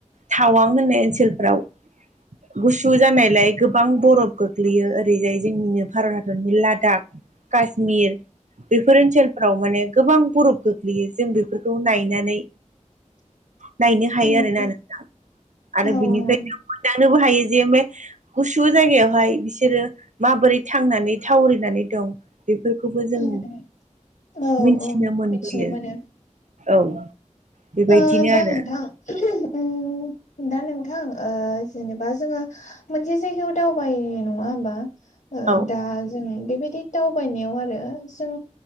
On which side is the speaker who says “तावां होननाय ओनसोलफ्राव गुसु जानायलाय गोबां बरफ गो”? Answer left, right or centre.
Right